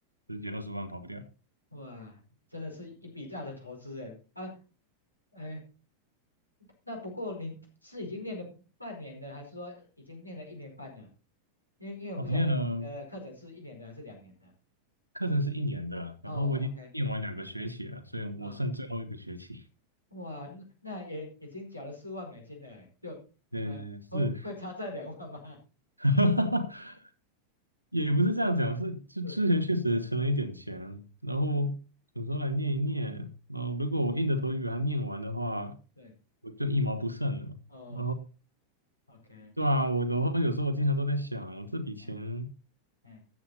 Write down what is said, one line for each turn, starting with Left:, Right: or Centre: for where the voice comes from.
Right: 十几二十万跑不掉。
Left: 哇，真的是一笔大的投资哎啊，哎，那不过你是已经练了半年的，还是说已经练了一年半了？因为因为我不晓得你的课程是一年的还是两年的。
Right: 哦，念了课程是一年的，
Left: 哦，OK，
Right: 然后我已经念完两个学期了，
Left: 哎
Right: 所以我剩最后一个学期。
Left: 啊、哇，那那也已经缴了四万美金了哎，就呃会会差这两万吗？
Right: 对，是 <laughs> 也不是这样讲，是之之前确实存了一点钱，
Left: <laughs> 是
Right: 然后有时候来念一念，
Left: 是，
Right: 然后如果我硬着头皮把它念完的话，
Left: 对，
Right: 我就一毛不剩了。
Left: 哦
Right: 然后
Left: ，OK，
Right: 对啊，我然后有时候我经常都在想，我这笔钱
Left: 哎哎